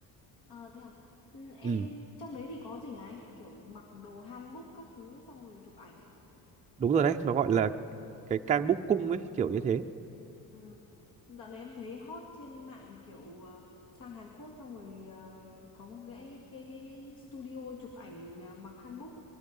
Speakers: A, on the left; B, on the right.
A: ờ thế à ừ, em
B: Ừ,
A: trong đấy thì có gì hả anh kiểu mặc đồ hanbok các thứ xong rồi chụp ảnh à
B: đúng rồi đấy, nó gọi là cái Cang Búc cung ấy, kiểu như thế.
A: Ừ. Dạo này em thấy hot trên mạng kiểu ờ, sang Hàn Quốc xong rồi ờ, có một cái cái cái, cái studio chụp ảnh ờ, mặc hanbok